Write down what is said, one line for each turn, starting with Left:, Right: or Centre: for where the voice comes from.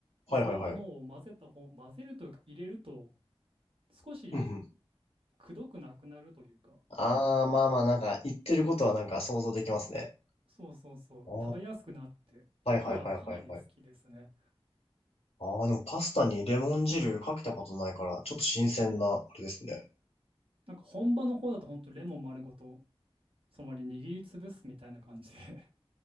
Left: はいはいはい。
Right: ー、そういうものを混ぜた方、混ぜるというか入れると、少し
Left: うんうん。
Right: くどくなくなるというか、
Left: ああ、まあまあなんか言ってることはなんか想像できますね。
Right: そうそうそう、
Left: ああ。
Right: 食べやすくなって、
Left: はいはいはいはいはい。
Right: 僕はかなり好きですね。
Left: ああ、でもパスタにレモン汁かけたことないから、ちょっと新鮮な、あれですね。
Right: なんか本場の方だと本当レモン丸ごと、そのまま握りつぶすみたいな感じで